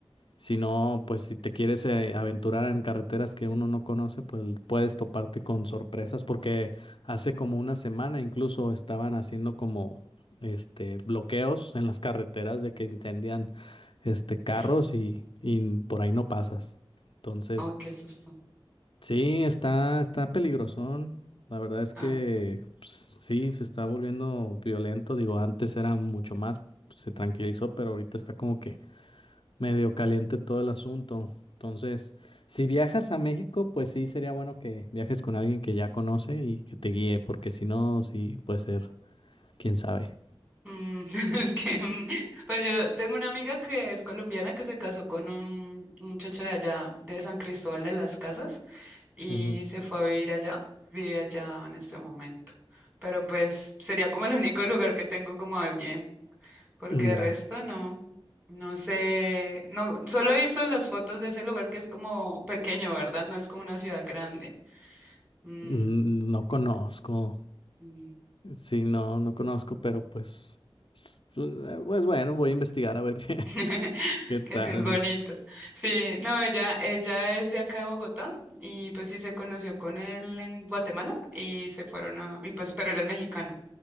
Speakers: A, on the left; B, on the right.
A: si no, pues si te quieres eh, aventurar en carreteras que uno no conoce, pues puedes toparte con sorpresas, porque hace como una semana incluso estaban haciendo como este bloqueos en las carreteras de que incendian este carros
B: <clears throat>
A: y, y por ahí no pasas. Entonces,
B: Ay, qué susto.
A: sí, está, está peligrosón. La verdad es
B: Ah.
A: que pues, sí, se está volviendo violento. Digo, antes era mucho más, se tranquilizó, pero ahorita está como que medio caliente todo el asunto. Entonces, si viajas a México, pues sí sería bueno que viajes con alguien que ya conoce y que te guíe, porque si no, sí puede ser, quién sabe.
B: Mm, <laughs> Es que, mm, pues yo tengo una amiga que es colombiana que se casó con un, un muchacho de allá, de San Cristóbal de las Casas, y
A: Ujú.
B: se fue a vivir allá, vive allá en este momento. Pero pues sería como el único lugar que tengo como alguien, porque
A: Ya,
B: de resto no, no sé, no, solo he visto las fotos de ese lugar que es como pequeño, ¿verdad? No es como una ciudad grande. Mm,
A: mm, no conozco.
B: mm,
A: Sí, no, no conozco, pero pues, s- pues bueno, voy a investigar a ver qué,
B: <laughs>
A: <laughs> qué tal.
B: Que sí es bonito. Sí, no, ella, ella es de acá de Bogotá y pues sí se conoció con él en Guatemala y se fueron a, y pues, pero él es mexicano